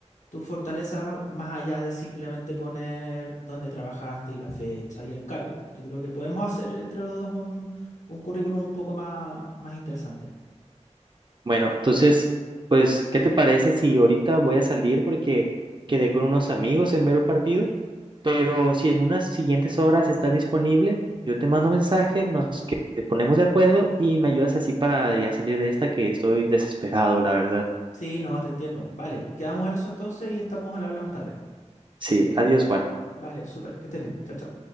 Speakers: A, on the left; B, on the right.
A: tus fortalezas más allá de simplemente poner dónde trabajaste y la fecha y el cargo. Yo creo que podemos hacer entre los dos un, un currículum un poco más, más interesante.
B: Bueno, entonces, pues, ¿qué te parece si ahorita voy a salir porque quedé con unos amigos en ver un partido? Pero si en unas siguientes horas estás disponible, yo te mando mensaje, nos que- ponemos de acuerdo y me ayudas así para ya salir de esta que estoy desesperado, la verdad.
A: Sí, no, te entiendo. Vale, quedamos en eso entonces y estamos al habla más tarde.
B: Sí, adiós, Juan.
A: Vale, súper, que estés bien. Chao, chao.